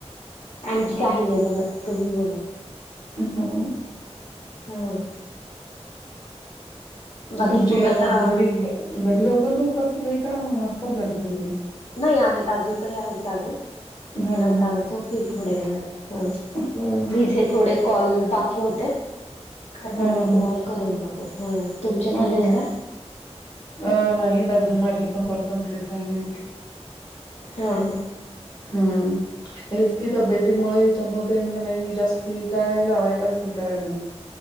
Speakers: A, on the left; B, on the left.
A: आणखी काही नाही बघा तुम्ही बला.
B: हम्म.
A: हम्म.. बाकी
B: तुमची
A: मग
B: <unintelligible>
A: आता
B: घरी. घरी लवकर झोपतात सगळी का असतात जागी वगैरे?
A: नाही आहेत अजून तरी आहेत जागे.
B: हां,
A: पण आता
B: हां, हां.
A: झोपतील थोड्या वेळात
B: होय.
A: मीझे थोडे कॉल होते तर म्हंटलं
B: हां, हां, हां.
A: तुम्हाला करून बघू, तुमचे झालेत
B: हो.
A: का?
B: अ नाहीत अजून माझी पण कॉल कम्प्लीट वय नाही.
A: हा हा.
B: हं. हेच की तब्येतीमुळे हे चंपवतेन का नाही, मी जास्ती काय लावायलाच हे कराय नाही.